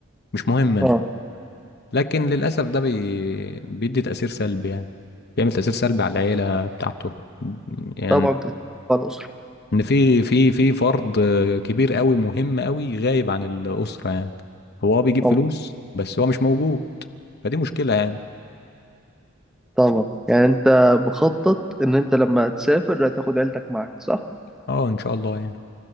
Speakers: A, on the left; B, in the centre.
A: مش مهم انا
B: اه
A: لكن للاسف ده بي... بيدي تاثير سلبي يعني بيعمل تاثير سلبي على العيله بتاعته يعني
B: طبعا تسيب الأسرة
A: ان في في في فرد آه، كبير قوي مهم قوي غايب عن الاسره يعني هو اه بيجيب
B: طبعا
A: فلوس بس هو مش موجود فدي مشكله يعني
B: طبعا يعني انت مخطط ان انت لما تسافر هتاخد عيلتك معاك صح؟ ان
A: اه ان شاء الله يعني